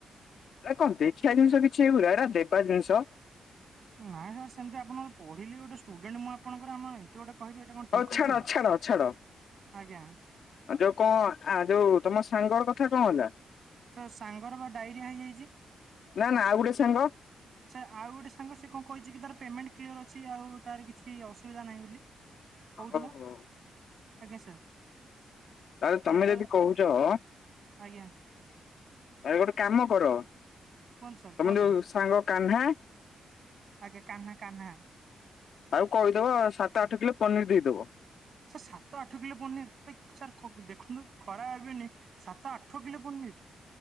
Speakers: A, on the left; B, on the right.
A: ଏରା କଣ ଦେଖିବା ଜିନିଷ କିଛି ଏଇ ଭଳିଆ ଏରା ବେପାର ଜିନିଷ।
B: ନାଇଁ ସାର୍ ସେମିତି ଆପଣଙ୍କର ପଢିଲି ଗୋଟେ ଷ୍ଟୁଡେଣ୍ଟ ମୁଁ ଆପଣଙ୍କର ଆମ ଆଇଁ ଏମତି ଗୋଟେ କହିବେ ଏଇଟା କଣ
A: ହଉ
B: ଠିକ
A: ଛାଡ
B: ହଉଛି
A: ଛାଡ ଛାଡ।
B: ଆଜ୍ଞା।
A: ଆ ଯୋଉ କଣ ଆ ଯୋଉ ତମ ସାଙ୍ଗର କଥା କଣ ହେଲା?
B: ତ ସାଙ୍ଗର ବା ଡାଇରିଆ ହେଇଯାଇଛି।
A: ନା ନା ଆଉ ଗୋଟେ ସାଙ୍ଗ।
B: ଆଚ୍ଛା ଆଉ ଗୋଟେ ସାଙ୍ଗ ସେ କଣ କହିଛି କି ତାର ପେମେଣ୍ଟ କ୍ଲିଅର ଅଛି ଆଉ ତାର କିଛି ଅସୁବିଧା ନାହିଁ ବୋଲି। କହୁଥଲା
A: ଓହୋ।
B: ଆଜ୍ଞା ସାର୍।
A: ଆରେ
B: ସାର୍
A: ତମେ
B: ତାର
A: ଯଦି କହୁଚ। ଆରେ
B: ଆଜ୍ଞା
A: ଗୋଟେ କାମ କର
B: କୁହନ୍ତୁ ସାର୍
A: ତମେ
B: କୁହନ୍ତୁ
A: ଯୋଉ ସାଙ୍ଗ କାହ୍ନା।
B: ଆଜ୍ଞା କାହ୍ନା କାହ୍ନା।
A: ତାକୁ କହିଦବ ସାତ ଆଠ କିଲୋ ପନିର ଦେଇଦବ।
B: ସାର୍ ସାତ ଆଠ କିଲୋ ପନିର ସାର୍ ଦେଖନ୍ତୁ ଖରାପ ଭାବିବେନି। ସାତ ଆଠ କିଲୋ ପନିର।